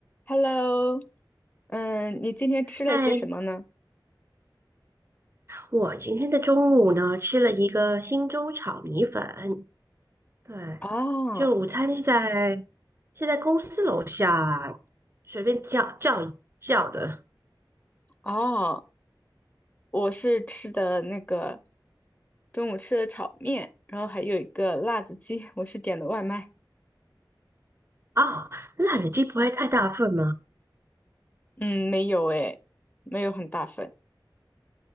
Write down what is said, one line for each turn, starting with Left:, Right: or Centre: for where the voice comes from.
Left: Hello，嗯，你今天吃了些什么呢？
Right: 嗨，我今天的中午呢吃了一个新州炒米粉，对，
Left: 哦
Right: 就午餐是在是在公司楼下随便叫叫一叫的
Left: 哦，我是吃的那个中午吃的炒面，然后还有一个辣子鸡，我是点的外卖。
Right: 哦，辣子鸡不会太大份吗？
Left: 嗯，没有诶，没有很大份。